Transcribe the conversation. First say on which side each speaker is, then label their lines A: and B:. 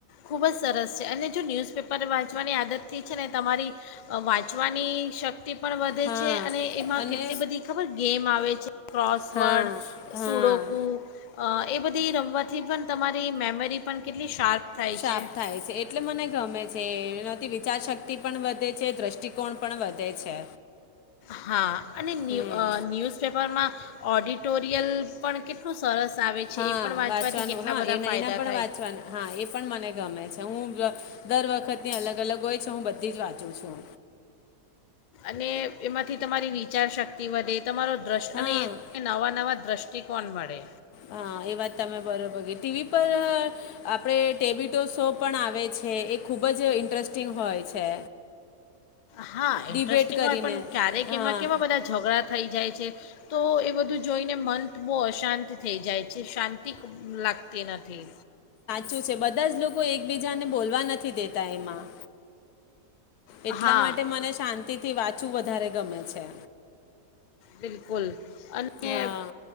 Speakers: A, on the left; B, on the left.
A: ખુબ જ સરસ છે અને જો ન્યૂઝપેપર વાંચવાની આદતથી છે ને તમારી વાંચવાની શક્તિ તે પણ વધે
B: હા
A: છે અને એમાં
B: અને
A: કેટલી બધી ખબર ગેમ આવે છે ક્રોસવર્ડ,
B: હા હા
A: સુડોકું એ બધી રમવાત થી પણ તમારી મેમરી પણ કેટલી શાર્પ થાય
B: શાર્પ
A: છે
B: થાય છે એટલે મને ગમે છે. થી વિચાર શક્તિ પણ વધે છે દ્રષ્ટિકોણ પણ વધે છે
A: હા અને ન્યૂ
B: હમ
A: ન્યૂઝપેપરમાં ઓડિટોર સરિયલ પણ કેટલું સરસ આવે
B: હા
A: છે એ પણ વાંચવાથી
B: વાંચવાનું
A: કેટલા
B: હા
A: બધા
B: એના
A: ફાયદા
B: એના પણ
A: થાય
B: વાંચવાના હા એ પણ મને ગમે હું દર વખત ની અલગ અલગ હોય છે હું બધી જ વાંચું છું
A: અને એમાંથી તમારી વિચારશક્તિ વધે. તમારો દ્રશ
B: હા
A: અને એ નવા નવા દ્રશ્ટ ક કોણ મડે.
B: હા એ વાત તમે બરોબર ટી વી પર આપણે ટેબીટો શો પણ આવે છે એ ખુબ જ ઇન્ટરેસ્ટિંગ હોય છે.
A: હા
B: ડિબેટ
A: ઇન્ટરેસ્ટિંગ
B: કરીને
A: હોય પણ ક્યારેક
B: હા
A: એમાં કેવા બધા ઝઘડા થઈ જાય છે. તો એ બધું જોઈને મન બહુ અશાંત થઈ જાય છે શાંતિ. લાગતી નથી.
B: ચુ છે બધા જ લોકો એકબીજાને બોલવા નથી દેતા એમાં.
A: હા
B: એટલા માટે મને શાંત તિથી વાંચું વધારે ગમે છે.
A: બિલકુલ અને
B: હા